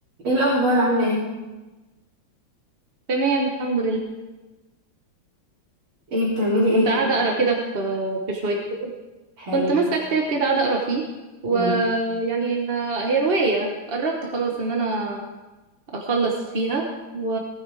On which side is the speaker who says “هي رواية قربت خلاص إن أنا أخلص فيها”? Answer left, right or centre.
Right